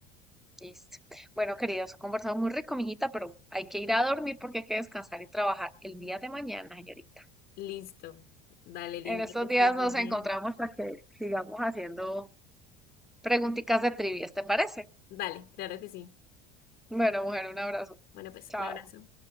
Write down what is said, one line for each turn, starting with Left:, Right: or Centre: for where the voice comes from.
Centre: Listo. Bueno, queridos, conversamos muy rico, mijita, pero hay que ir a dormir porque hay que descansar y trabajar el día de mañana, señorita.
Left: Listo. Dale, linda,
Centre: En estos
Left: que estés
Centre: días
Left: muy
Centre: nos
Left: bien.
Centre: encontramos para que sigamos haciendo preguntitas de trivias, ¿te parece?
Left: Dale, claro que sí.
Centre: Bueno, mujer, un abrazo.
Left: Bueno, pues
Centre: Chao.
Left: un abrazo.